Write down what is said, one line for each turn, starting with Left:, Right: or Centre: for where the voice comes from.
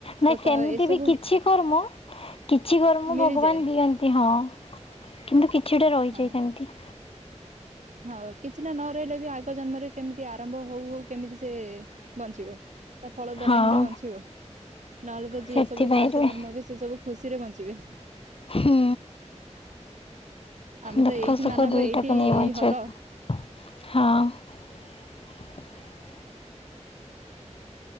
Left: ନାାଇ
Right: ତ
Left: ସେମିତି
Right: ଏସବୁ
Left: ବି କିଛି କର୍ମ କିଛି କର୍ମ
Right: ମିଳିଯାଏ
Left: ଭଗବାନ ଦିଅନ୍ତି ହଁ। କିନ୍ତୁ କିଛିଟା ରହିଯାଏ
Right: ହଁ
Left: ସେମିତି।
Right: ହଁ କିଛିଟା ନ ରହିଲେ ବି ଆଗ ଜନ୍ମରେ କେମିତି ଆରମ୍ଭ ହଉ ହଉ କେମିତି ସେ ବଞ୍ଚିବ? ତା ଫଳ ଦ୍ଵାରା
Left: ହଁ
Right: ହିଁ ତ ବଞ୍ଚିବ, ନହେଲେ ତ ଯିଏ
Left: ସେଥିପାଇଁ
Right: ସବୁ ଫାଷ୍ଟ
Left: ରେ
Right: ଜନ୍ମ ହେବି ସେ ସବୁ ଖୁସିରେ ବଞ୍ଚିବେ।
Left: ହୁଁ
Right: ଆମେ
Left: ଦୁଃଖ
Right: ତ ଏଇଠି
Left: ସୁଖ
Right: ମାନବ
Left: ଦୁଇଟାକୁ
Right: ଏଇଠି
Left: ନେଇ
Right: ହ
Left: ହଁ।